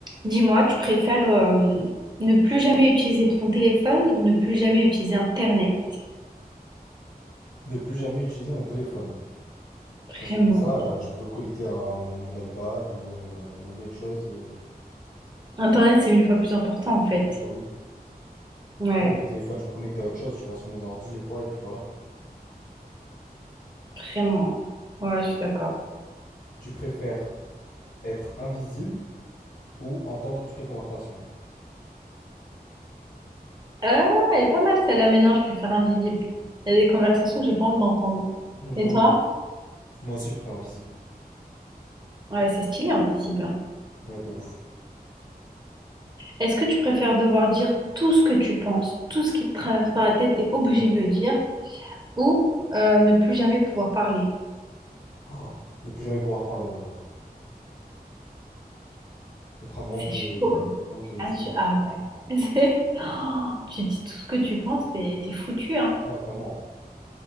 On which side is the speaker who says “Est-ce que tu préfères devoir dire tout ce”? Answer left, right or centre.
Right